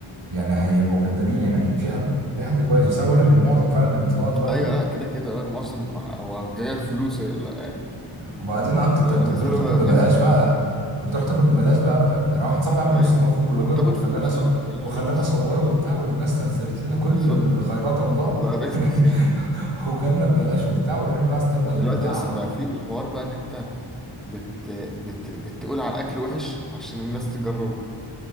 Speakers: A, on the right; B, in the centre.
A: يعني هيبقوا كدابين يعني اكيد في حد في حد كويس بس انا بقول لك ان معظم فعلا اللي بيطلعوا دلوقتي
B: ايوه لا كده كده اه المعظم هو جاي الفلوس لا يعني
A: وبعدين انت انت
B: هو
A: أنت
B: بالنسبة
A: بتروح
B: له
A: تاكل
B: بقى
A: ببلاش
B: بيزنس
A: بقى
B: أصلا
A: انت بتروح تاكل ببلاش بقى فاهم انا واحد صاحبي عمل
B: هي
A: نفسه ان هو فود بلوجر
B: وبتاخد
A: وخلانا
B: فلوس
A: ص...
B: يعني مبلاش
A: وخلانا
B: إيه بس
A: صوره وبتاع والناس نزلت لنا كل
B: ما بالظبط
A: الخيرات الله
B: هو بقى بيزنس يعني
A: <laughs> وكلنا ببلاش وبتاع والراجل بقى استنى
B: دلوقتي
A: البتاع
B: أصلا
A: و...
B: بقى في الحوار بقى إن أنت بت... بت... بتقول على الأكل وحش عشان الناس تجربه